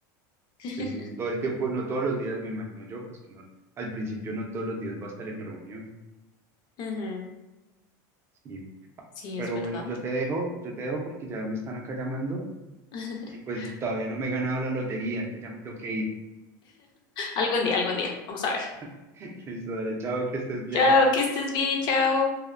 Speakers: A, on the left (about 45°); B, on the right (about 25°).
A: <laughs>
B: pues no todo el tiempo, no todos los días me imagino yo, pues que no, al principio no todos los días va a estar en reunión.
A: Ujú,
B: Sí.
A: Sí,
B: Pero
A: es verdad.
B: bueno, yo te dejo, yo te dejo porque ya me están acá llamando
A: <laughs>
B: y pues todavía no me he ganado la lotería, entonces ya me tengo que ir.
A: Algún día, algún día. Vamos a ver.
B: <laughs> Listo, dale, chao, que estés bien.
A: Chao, que estés bien, chao.